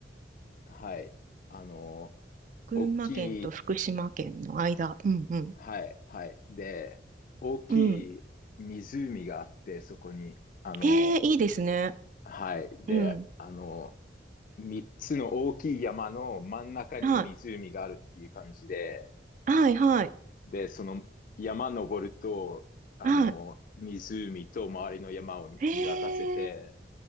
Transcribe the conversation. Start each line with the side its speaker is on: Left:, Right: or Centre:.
Left: はい。あの、
Right: 群馬県と福島県の間。
Left: 大きい、
Right: うんうん。
Left: はい、はい。で、大きい湖があって、
Right: うん。
Left: そこに、あの、
Right: ええ、いいですね。
Left: はい。で、
Right: うん。
Left: あの、3つの大きい山の真ん中に湖があるっていう感じで、
Right: はい。はい、はい。
Left: で、その山登ると、あの、
Right: は
Left: 湖と周りの山を見見渡せて、
Right: い。ええ、